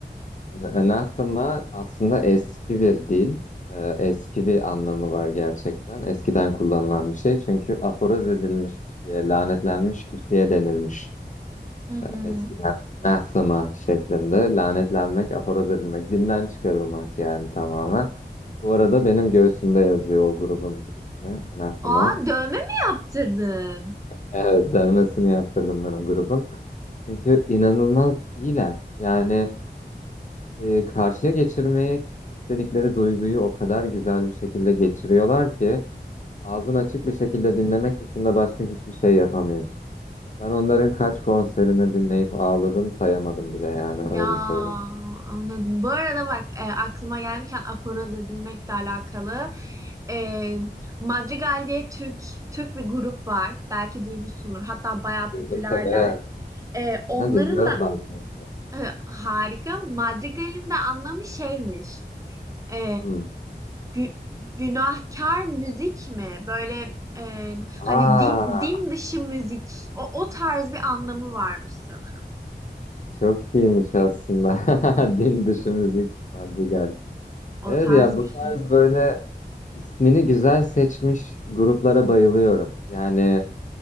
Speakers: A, on the left (about 45°); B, on the right (about 20°).
A: Anathema aslında eski bir dil. Ee, Eski bir anlamı var gerçekten. Eskiden kullanılan bir şey. Çünkü aforoz edilmiş kişiye, lanetlenmiş kişiye denirmiş.
B: Hı hı.
A: Eskiden anathema şeklinde. Lanetlenmek, aforoz edilmek, dinden çıkarılmak yani tamamen. Bu arada benim göğsümde yazıyor o grubun ismi, anathema.
B: Aa dövme mi yaptırdın?
A: Evet, dövmesini yaptırdım ben o grubun. Çünkü inanılmaz iyiler. Yani e, karşıya geçirmeyi istedikleri duyguyu o kadar güzel bir şekilde geçiriyorlar ki ağzın açık bir şekilde dinlemek dışında başka hiçbir şey yapamıyorsun. Ben onların kaç konserini dinleyip ağladım sayamadım bile yani
B: Ya
A: öyle söyleyeyim.
B: anladım. Bu arada bak e, aklıma gelmişken aforoz edilmekle alakalı e, Madrigal diye Türk Türk bir grup var. Belki duymuşsundur. Hatta bayağı popülerler.
A: Duydum tabii.
B: E, onların
A: Aha, dinliyorum
B: da
A: bazen.
B: e, harika. Madrigal'in de anlamı şeymiş. E,
A: Hı.
B: gü- günahkar müzik mi? Böyle e,
A: Aa,
B: hani din din dışı müzik. O, o tarz bir anlamı varmış sanırım.
A: Çok iyiymiş aslında. <laughs> Din dışı müzik Madrigal.
B: O
A: Evet
B: tarz
A: ya bu
B: bir
A: tarz
B: şey.
A: böyle ismini güzel seçmiş gruplara bayılıyorum. Yani